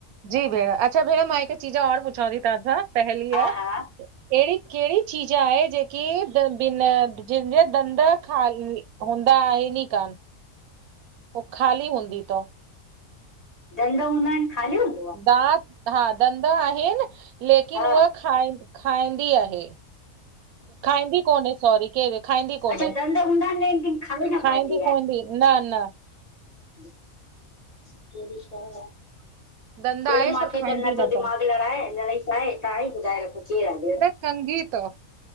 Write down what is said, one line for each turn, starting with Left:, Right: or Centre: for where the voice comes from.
Right: जी भेण अच्छा भेण मां हिकु चीज और पुछांव ती तहां खां पहेली
Left: हा
Right: आ
Left: हा
Right: केड़ी केड़ी चीज आहे जेकी बिन जंहिंजा ॾंद खाल हूंदा आहिन ई कान। हू ख़ाली हूंदी तव।
Left: ॾंद हूंदा आहिन खाली हूंद
Right: दांत हा ॾंद आहिन लेकिन
Left: हा
Right: हूअ खाईं खाईंदी आहे। खाईंदी कोन्हे, सॉरी केर खाईंदी कोन्हे,
Left: अच्छा दंद हूंदा आहिनि लेकिन खाई न
Right: खाईंदी
Left: पाईंदी आहे।
Right: कोन्हें। न न
Left: <unintelligible>
Right: दंद
Left: भेण
Right: आयसि
Left: मांखे
Right: पर खाईंदी
Left: त नथो
Right: न अथव
Left: दिमाग़ु लड़ाए, अल्हाए छा आए, तां ई ॿुधाए रखो केरु आहे भेण?
Right: कंघी तव।